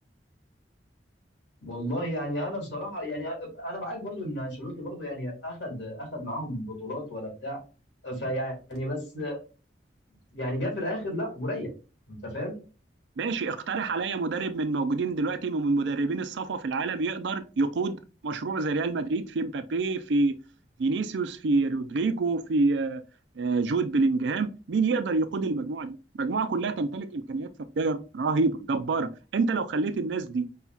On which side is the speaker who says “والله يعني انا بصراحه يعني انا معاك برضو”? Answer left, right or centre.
Left